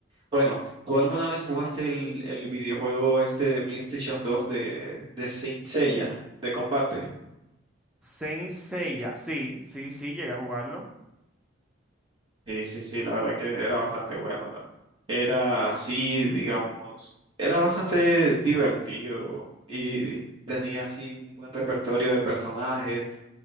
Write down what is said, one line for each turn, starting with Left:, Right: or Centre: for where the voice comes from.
Right: Bueno, ¿tú alguna vez jugaste el, el videojuego este de PlayStation 2 de, de Saint Seiya, de combate?
Centre: Saint Seiya, sí, sí, sí, llegué a jugarlo.
Right: Sí, sí, sí, la verdad que era bastante bueno. la- Era así, digamos, era bastante divertido y tenía así un buen repertorio de personajes.